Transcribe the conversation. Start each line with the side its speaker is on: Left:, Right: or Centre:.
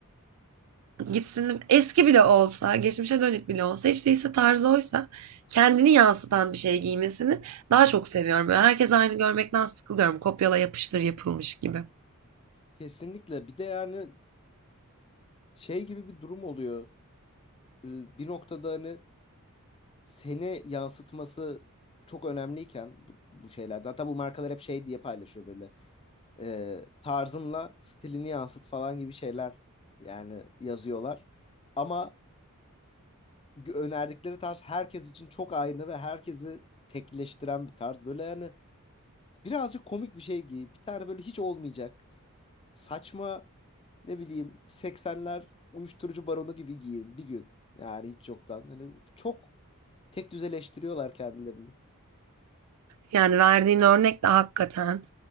Right: gitsin eski bile olsa, geçmişe dönük bile olsa, hiç değilse tarzı oysa kendini yansıtan bir şey giymesini daha çok seviyorum. Böyle herkes aynı görmekten sıkılıyorum. Kopyala yapıştır yapılmış gibi.
Left: Kesinlikle. Bir de yani <laughs> şey gibi bir durum oluyor. Ee, Bir noktada hani seni yansıtması çok önemliyken bu, bu şeyler. Hatta bu markalar hep şey diye paylaşıyor böyle. e, tarzınla stilini yansıt falan gibi şeyler yani yazıyorlar. Ama gö- önerdikleri tarz herkes için çok aynı ve herkesi tekleştiren bir tarz. Böyle yani birazcık komik bir şey giy. Bir tane böyle hiç olmayacak. Saçma ne bileyim 80'ler uyuşturucu baronu gibi giyin bir gün. Yani hiç yoktan. Hani çok tek düzeleştiriyorlar kendilerini.
Right: Yani verdiğin örnek de hakikaten